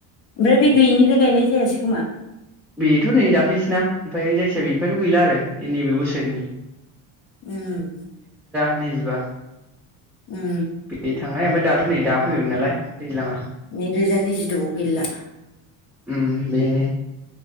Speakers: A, on the left; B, in the centre.
A: बे दै गैयैनिफ्राय गायनाय जायासै खोमा।
B: बेथ नै दाख्लैसोना ओमफ्राय जायखिजाया बे <unintelligible> गैला आरो एनि बे बोस <unintelligible>
A: उम
B: नैजिबा <unintelligible>
A: उम
B: थांनाय ओमफ्राय दाथ' नै दा फैबायमोन नालाय। दैज्लांङा
A: नैरोजा नैजिद' गैला।
B: उम बेनो।